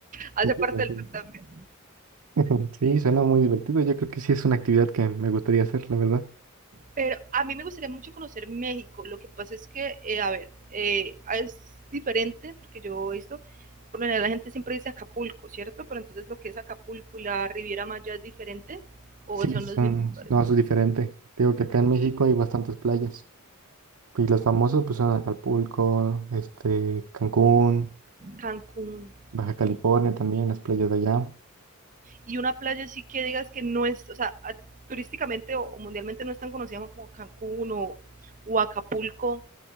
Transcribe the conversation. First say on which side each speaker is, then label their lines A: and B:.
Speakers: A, on the right; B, on the right.
A: hace
B: Entiendo,
A: parte
B: entiendo.
A: del tour también.
B: <laughs> Sí, suena muy divertido. Yo creo que sí es una actividad que me gustaría hacer, la verdad.
A: Pero a mí me gustaría mucho conocer México, lo que pasa es que, eh, a ver, eh, es diferente, porque yo he visto, por lo general la gente siempre dice Acapulco, ¿cierto? Pero entonces lo que es Acapulco y la Riviera Maya es diferente, o
B: Sí,
A: son
B: son,
A: los mismos lugares,
B: no, eso es diferente. Te Digo que acá en México hay bastantes playas. Y las famosas pues son Acapulco, este, Cancún,
A: Cancún,
B: Baja California también, las playas de allá.
A: y una playa sí que digas que no es, o sea, a, turísticamente o, o, mundialmente no es tan conocida como Cancún o, o Acapulco,